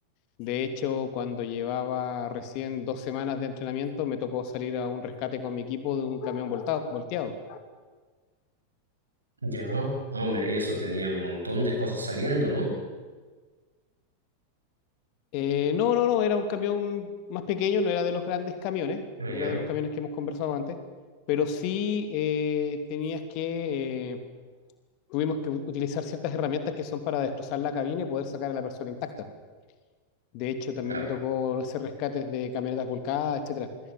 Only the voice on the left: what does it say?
De hecho, cuando llevaba recién dos semanas de entrenamiento, me tocó salir a un rescate con mi equipo de un camión voltado- volteado.
Eh, no, no, no, era un camión más pequeño, no era de los grandes camiones,
no
era de los camiones que hemos conversado antes, pero sí eh, tenías que, eh, tuvimos que u- utilizar ciertas herramientas que son para destrozar la cabina y poder sacar a la persona intacta. De hecho, también
me tocó hacer rescates de camionetas volcadas, etcétera.